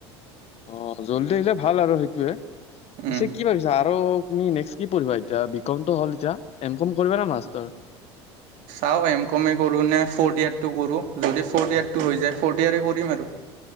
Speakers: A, on the left; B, on the right.
A: অ', জল্দি আহিলে ভাল আৰু সেইটোৱে।
B: উম
A: পিছে কি ভাৱিছা আৰু তুমি নেক্সট কি পঢ়িবা এতিয়া? বি কমটো হ'ল এতিয়া। এম কম কৰিবা নে মাষ্টাৰ?
B: চাওঁ, এম কম এ কৰোঁ নে ফ'ৰ্থ ইয়েৰ'টো কৰোঁ। যদি ফ'ৰ্থ ইয়েৰটো হৈ যায় ফ'ৰ্থ ইয়েৰয়ে কৰিম আৰু।